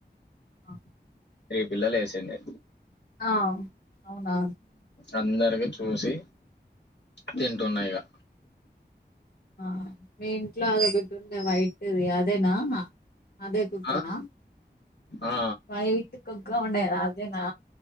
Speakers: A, on the left; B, on the left.
A: ఆ
B: త్రీ పిల్లలు వేసింది
A: ఆ అవునా
B: అందరివి చూసి తింటున్నాయిగా
A: ఆ మీ ఇంట్ల అదొకటి ఉండే వైట్ ఉంటది అదేనా అదే కుక్కనా
B: ఆ ఆ
A: వైట్ కుక్క ఉండే అదేనా